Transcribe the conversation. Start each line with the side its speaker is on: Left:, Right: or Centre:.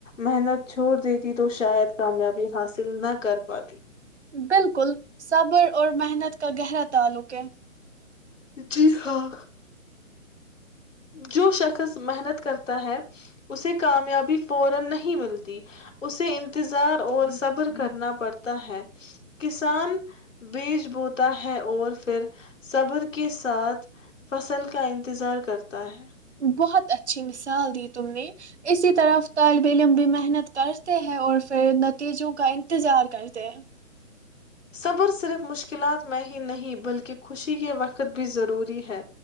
Left: محنت چھوڑ دیتی تو شاید کامیابی حاصل نہ کر پاتی
Right: بالکل صبر اور محنت کا گہرا تعلق ہے
Left: جی ہاں جو شخص محنت کرتا ہے اسے کامیابی فورا نہیں ملتی اسے انتظار اور صبر کرنا پڑتا ہے کسان بیچ بوتا ہے اور پھر صبر کس ساتھ فصل کا انتظار کرتے <unintelligible>
Right: بہت اچھی مثال دی تم نے اسی طرف طالب علم بھی محنت کرتے ہیں اور پھر نتیجوں کا انتظار کرتے ہیں
Left: صبر صرف مشکلات میں ہی نہیں بلکہ خوشی کے وقت بھی ضروری ہے